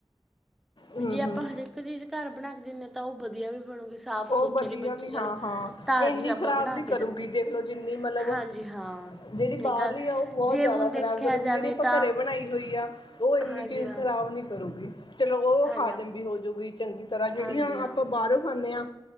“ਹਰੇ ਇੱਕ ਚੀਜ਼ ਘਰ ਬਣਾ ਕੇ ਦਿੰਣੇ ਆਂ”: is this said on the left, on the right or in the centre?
Centre